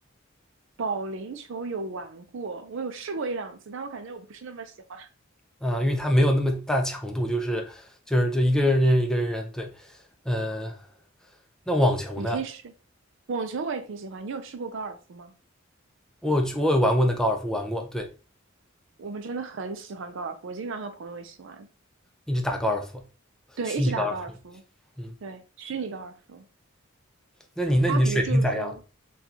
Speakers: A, on the right (about 65°); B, in the centre.
A: 保龄球有玩过，我有试过一两次，但我感觉我不是那么喜欢。
B: 嗯，因为它没有那么大强度，就是就是就一个人扔一个人扔，对，呃，那网球呢？
A: 你可以试，网球我也挺喜欢。你有试过高尔夫吗？
B: 我有去我也玩过那高尔夫，玩过，对，
A: 我们真的很喜欢高尔夫，我经常和朋友一起玩，
B: 一直打高尔夫，
A: 对，
B: 虚拟高尔夫，
A: 一直打高尔夫，
B: 嗯，
A: 对，虚拟高尔夫。
B: 那你那你的水平咋样？
A: 它比如就是说，